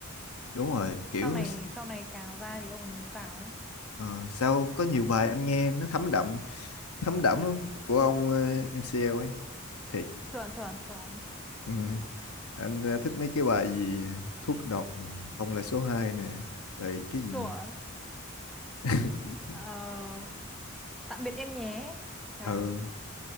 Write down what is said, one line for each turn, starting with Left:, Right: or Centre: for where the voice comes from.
Left: đúng rồi, kiểu
Centre: sau này sau này cào ra thì ông ấy mới vào ấy
Left: ờ, sao có nhiều bài anh nghe nó thấm đậm, thấm đậm luôn của ông ờ, MCL ấy. Thiệt.
Centre: chuẩn chuẩn chuẩn
Left: Ừ. Anh ờ, thích mấy cái bài gì thuốc độc nè, không là số hai
Centre: ừ.
Left: nè, rồi cái gì
Centre: chuẩn
Left: <laughs>
Centre: ờ, tạm biệt em nhé trời
Left: ừ